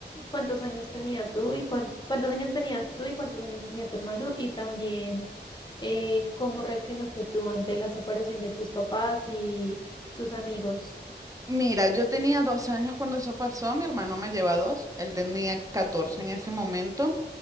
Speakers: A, on the left; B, on the right.
A: ¿cuántos años tenía tú y cuán- cuántos años tenías tú y cuántos años tenía tu hermano? Y también, eh, ¿cómo reaccionaste tú ante la separación de tus papás y tus amigos?
B: Mira, yo tenía 12 años cuando eso pasó, mi hermano me lleva dos, él tenía 14 en ese momento